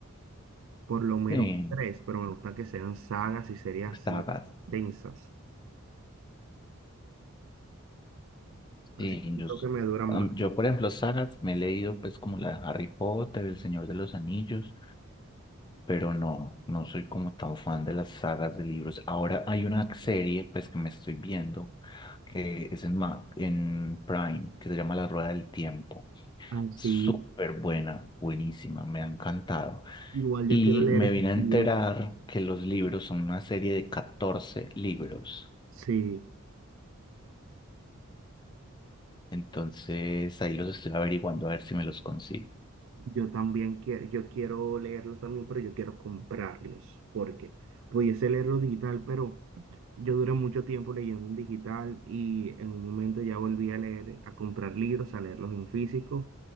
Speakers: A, on the right (about 60°); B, on the left (about 20°).
A: por lo menos
B: Sí,
A: tres, pero me gusta que sean sagas y series así
B: sagas.
A: densas, así
B: Sí, yo,
A: creo
B: s-
A: que me duran
B: am-
A: más.
B: yo, por ejemplo, sagas me he leído pues como la de Harry Potter, El Señor de los Anillos, pero no, no soy como tan fan de las sagas de libros. Ahora hay una serie, pues, que me estoy viendo, que es en, Ma- en Prime, que se llama La Rueda del Tiempo.
A: Así,
B: Súper buena, buenísima, me ha encantado.
A: igual
B: Y
A: yo quiero leer
B: me
A: esos
B: vine a
A: libros,
B: enterar que los libros son una serie de 14 libros.
A: sí.
B: Entonces, ahí los estoy averiguando a ver si me los consigo.
A: Yo también quiero, yo quiero leerlos también, pero yo quiero comprarlos, porque pudiese leerlo digital, pero yo duré mucho tiempo leyendo en digital y en un momento ya volví a leer, a comprar libros, a leerlos en físico.